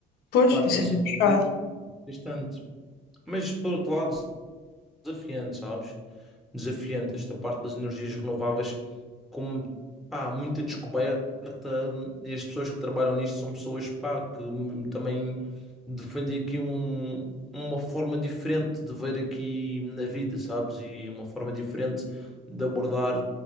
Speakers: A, on the left; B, in the centre.
A: pois,
B: Pá, tem
A: isso
B: sido
A: é muito puxado.
B: aqui bastante. Mas por outro lado, desafiante, sabes? desafiante esta parte das energias renováveis, como pá, há muita descoberta e as pessoas que trabalham nisto são pessoas pá, que hum, também defendem aqui um- uma forma diferente de ver aqui na vida, sabes? E uma forma diferente de abordar